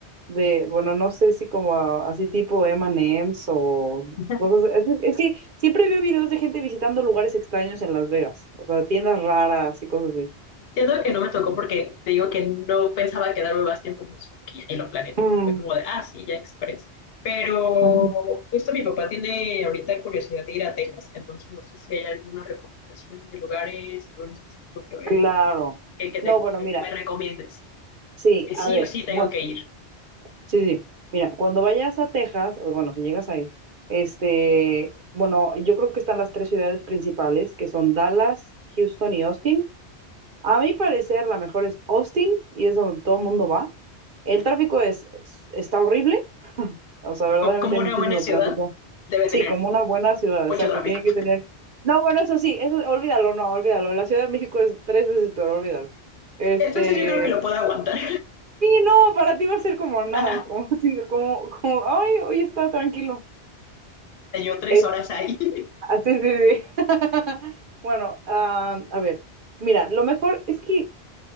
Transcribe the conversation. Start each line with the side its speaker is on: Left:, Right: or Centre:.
Right: de, bueno, no sé si como ah, así tipo M&M's o
Left: <laughs>
Right: cosas. Es, es que siempre veo videos de gente visitando lugares extraños en Las Vegas, o sea, tiendas raras y cosas así.
Left: Siento que no me tocó porque te digo que no pensaba quedarme más tiempo, entonces como que ya ni lo planeé tanto.
Right: Mm,
Left: Fue como de, ah, sí, ya express. Pero
Right: ujú.
Left: justo mi papá tiene ahorita curiosidad de ir a Texas, entonces no sé si hay alguna recomendación de lugares, algo en específico que ver,
Right: Claro.
Left: que, que, te-
Right: No, bueno,
Left: que-
Right: mira,
Left: que me recomiendes.
Right: sí,
Left: Que sí
Right: a ver,
Left: o sí tengo
Right: bueno.
Left: que ir.
Right: Sí, sí. sí. Mira, cuando vayas a Texas, o bueno, si llegas a ir, este, bueno, yo creo que están las tres ciudades principales, que son Dallas, Houston y Austin. A mi parecer, la mejor es Austin y es donde todo el mundo va. El tráfico es, es- está horrible, o sea, verdaderamente
Left: O, como
Right: hay
Left: una
Right: muchísimo
Left: buena ciudad,
Right: tráfico.
Left: debe
Right: Sí,
Left: tener
Right: como una buena ciudad, exacto,
Left: mucho tráfico.
Right: tiene que tener... No, bueno, eso sí, eso, olvídalo, no, olvídalo. La Ciudad de México es tres veces peor, olvídalo. Este,
Left: Entonces yo creo que lo puedo aguantar.
Right: no, para ti va a ser como
Left: <laughs>
Right: nada, como <laughs> así, como, como, ay, hoy está tranquilo.
Left: yo tres
Right: Es,
Left: horas ahí. <laughs>
Right: así, sí, sí. <laughs> Bueno, ah, a ver, mira, lo mejor es que